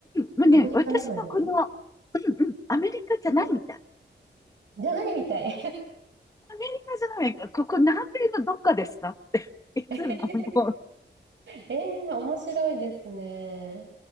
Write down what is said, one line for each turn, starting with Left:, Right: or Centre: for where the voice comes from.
Left: もうね、
Right: アメリカなのに
Left: 私のこの、うんうん、アメリカじゃないみたい。
Right: え、じゃないみたい。
Left: アメリカじゃない、ここ南米のどっかですかっていつももう
Right: <laughs> えー、面白いですね。